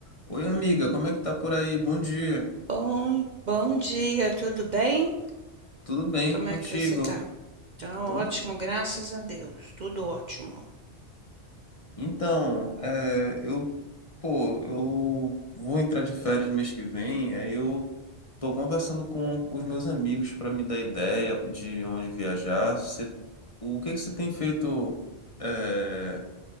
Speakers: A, on the left; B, on the right.
A: Oi, amiga, como é que tá por aí? Bom dia.
B: Bom, bom dia, tudo bem?
A: Tudo bem
B: Como
A: contigo?
B: é que você tá? Tá
A: Tô...
B: ótimo, graças a Deus, tudo ótimo.
A: Então, é, eu, pô, eu vou entrar de férias mês que vem, aí eu tô conversando com os meus amigos para me dar ideia de onde viajar. Cê- O que que você tem feito, é,